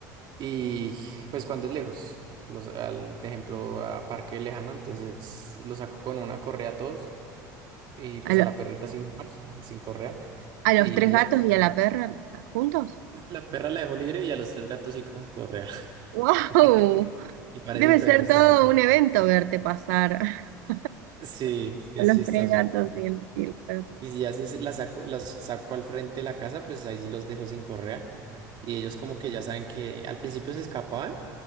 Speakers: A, on the right (about 50°); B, on the right (about 75°).
A: Y pues cuando es lejos, los, al de ejemplo a parque lejano, entonces lo saco con una correa a todos y pues
B: ¿A, lo-
A: a la perrita sin normal, sin correa
B: a los
A: y
B: tres
A: ya.
B: gatos y a la perra juntos?
A: La perra la dejo libre y a los tres gatos sí con correa.
B: ¡Wow!
A: <laughs> Y parecen
B: Debe
A: perros
B: ser todo
A: también.
B: un evento verte pasar <laughs>
A: Sí, sí es
B: a los
A: chistoso.
B: tres gatos y el, y el perro.
A: Y si ya si se- las saco, las saco al frente de la casa, pues ahí sí los dejo sin correa. Y ellos como que ya saben que al principio se escapaban